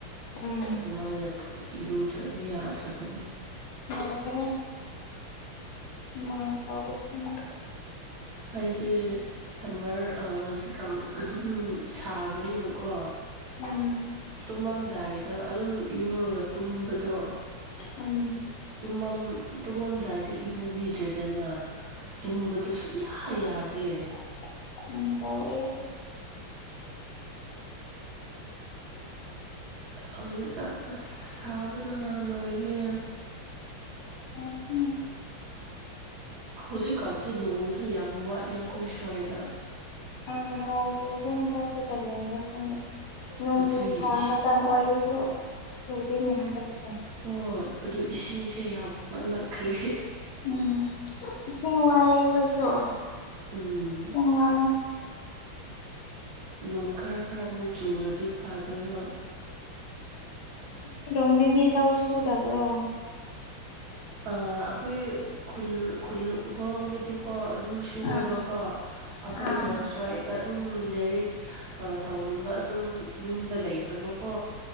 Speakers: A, on the left; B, on the right.
A: ꯎꯝ
B: ꯑꯗꯨꯃꯥꯏꯅ ꯏꯔꯨꯗ꯭ꯔꯗꯤ ꯌꯥꯗ꯭ꯔꯕꯅꯦ
A: ꯐꯔ‌ꯦ ꯐꯔ‌ꯦ ꯍꯨꯃꯥꯡ ꯁꯧꯕꯖꯤꯅ
B: ꯑꯩꯗꯤ ꯁꯝꯃꯔ ꯑ ꯍꯧꯖꯤꯛ ꯑꯗꯨꯝ ꯁꯥꯕꯅꯤꯅꯀꯣ
A: ꯎꯝ
B: ꯇꯨꯝꯃꯝꯗꯥꯏꯗ ꯑꯗꯨꯝ ꯏꯨꯔꯒ ꯇꯨꯝꯕꯗꯣ
A: ꯎꯝ
B: ꯇꯨꯝꯃꯝ ꯇꯨꯝꯃꯝꯗꯥꯏꯗꯤ ꯏꯔꯨꯕꯤꯗ꯭ꯔꯦꯗꯅ ꯇꯨꯝꯕꯗ ꯁꯨꯡꯌꯥ ꯌꯥꯗꯦ
A: <unintelligible>
B: ꯑ ꯍꯧꯖꯤꯛ ꯀꯥꯟ ꯑꯁ ꯁꯥꯕꯅ ꯂꯣꯏꯔꯦ
A: ꯎꯝ ꯎꯝ
B: ꯍꯧꯖꯤꯛꯀꯥꯟꯁꯦ ꯅꯣꯡꯁꯨ ꯌꯥꯝ ꯋꯥꯠꯂꯦ ꯑꯩꯈꯣꯏ ꯁ꯭ꯋꯥꯏꯗ
A: ꯎꯝ ꯅꯣꯡꯇꯨꯒꯤ ꯍꯟꯗꯛꯁꯦ ꯀꯔꯤ ꯍꯥꯏꯔꯣ ꯈꯪꯗꯦ ꯅꯣꯡꯖꯨ
B: ꯑꯗꯨꯒꯤ
A: ꯊꯥ
B: ꯏꯁꯤꯡ
A: ꯃꯇꯝ ꯑꯣꯁꯨ ꯆꯧꯗ ꯅꯍꯦꯟꯗꯁꯦ
B: ꯍꯣꯏ ꯑꯗꯨ ꯏꯁꯤꯡꯁꯦ ꯌꯥꯝ ꯋꯥꯠꯂꯛꯈ꯭ꯔꯦ
A: ꯎꯝ ꯏꯁꯤꯡ ꯋꯥꯏꯑꯦ ꯑꯩꯈꯣꯏꯁꯨ
B: ꯎꯝ
A: ꯁꯦꯡ ꯋꯥ
B: ꯅꯣꯡ ꯈꯔ ꯈꯔ ꯑꯃꯨꯛ ꯆꯨꯔꯗꯤ ꯐꯥꯗꯣꯏꯕ
A: ꯔꯣꯝꯗꯗꯤ ꯂꯧ ꯁꯨꯗꯕ꯭ꯔꯣ
B: ꯑ ꯑꯩꯈꯣꯏ ꯈꯨꯜ ꯈꯨꯜꯈ‌ꯣꯏꯔ‌ꯣꯝꯗꯗꯤ ꯀꯣ ꯑꯗꯨꯝ ꯁꯨꯋꯦꯕꯀꯣ
A: ꯑꯥ
B: ꯑꯩꯈꯣꯏꯅ
A: ꯑꯥ
B: ꯁ꯭ꯋꯥꯏꯗ ꯗ ꯑꯗꯨꯝ ꯂꯥꯏꯔꯤꯛ ꯇꯧꯅꯕ ꯑꯗꯨꯝ ꯌꯨꯝꯗ ꯂꯩꯇꯕꯀꯣ